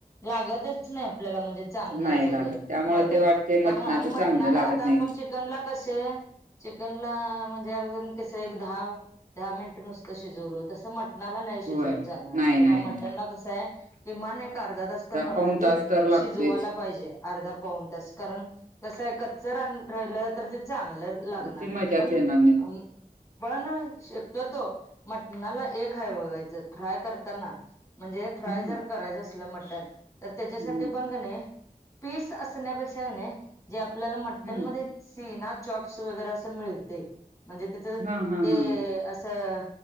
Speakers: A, on the left; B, on the right.
A: लागतच नाही आपल्याला म्हणजे चांगलं
B: नाही
A: अस
B: लागत
A: ते
B: त्यामुळे
A: मटन
B: ते वाटते
A: त्यामुळे
B: मटणाच
A: आणि मटणाला
B: चांगलं लागत
A: आता
B: नाही.
A: आपण चिकनला कशे चिकन ला म्हणजे कस एक दहा दहा मिनटं नुसतं शिजवलं तस मट मटणाला नाही शिजवून
B: होय.
A: चालणार
B: नाही
A: आपल्याला
B: नाही
A: मटन
B: नाही
A: ला कस आहे किमान एक अर्धा तास तर मट
B: पाऊन
A: टन ते
B: तास तर लागतोयच.
A: शिजवायला पाहिजे अर्धा पाऊन तास कारण कसं आहे कच्च रा राहिलं तर ते चांगलं लागणार
B: मग ती
A: नाही
B: मजाच
A: पण
B: येणार नाही.
A: अ पण शक्यतो मटणाला एक हाय बघायचं फ्राय करताना म्हणजे फ्राय
B: हम्म
A: जर करायचं असल मटण तर त्याच्यासाठी
B: हम्म
A: पण कनी पीस असण्यापेक्षा कणी जे आपल्याला मटनमध्ये
B: हम्म
A: सीना चॉप्स वगैरे असं मिळतय म्हणजे त्याचं
B: हा हा
A: ते
B: हा
A: असं